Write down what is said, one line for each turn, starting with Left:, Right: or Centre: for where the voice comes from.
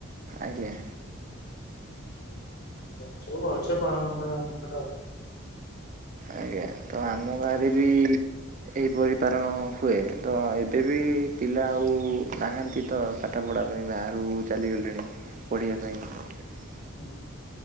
Right: ଆଜ୍ଞା
Left: ପଛକୁ ଭଲସେ ପାଳନ କରିବା କଥା।
Right: ଆଜ୍ଞା। ତ ଆମ ଗାଁରେ ବି ଏହିପରି ପାାରଣ ହୁଏ। ତ ଏବେ ବି ପିଲା ଆଉ ନାହାନ୍ତି ତ। ପାଠ ପଢ଼ା ପାଇଁ ବାହାରୁ ଚାଲିଗଲେଣି ପଢ଼ିବା ପାଇଁ।
Left: ହୁଁ।